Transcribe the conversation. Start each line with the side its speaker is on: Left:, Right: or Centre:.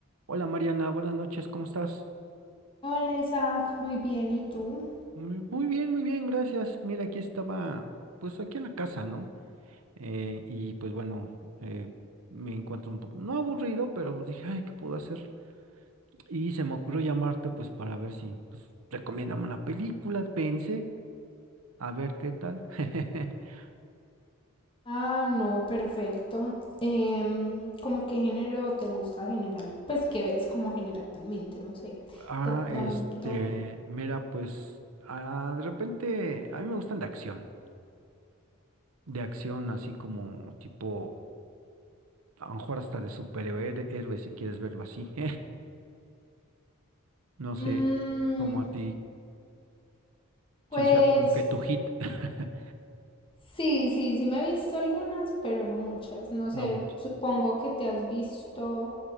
Right: Hola Mariana, buenas noches, ¿cómo estás?
Left: Hola Isaac, muy bien, ¿y tú?
Right: Muy muy bien, muy bien, gracias. Mira, aquí estaba, pues aquí en la casa, ¿no? Eh, y pues bueno, eh, me encuentro un poco, no aburrido, pero pues dije, ay, ¿qué puedo hacer? Y se me ocurrió llamarte, pues para ver si, pues, recomiéndame una película, pensé, a ver qué tal. <laughs>
Left: Ah, no, perfecto. Em, ¿cómo qué género te gusta general? Pues qué ves como generalmente, no sé.
Right: Ah,
Left: De pronto.
Right: este, mira, pues, ah, de repente, a mí me gustan de acción, de acción así como tipo a lo mejor hasta de superhéroe si quieres verlo así. <laughs> No sé,
Left: mm,
Right: como a ti,
Left: pues
Right: si sea como que tu hit, <laughs>
Left: sí, sí, sí me he visto algunas, pero no muchas. No sé,
Right: no, mucho.
Left: supongo que te has visto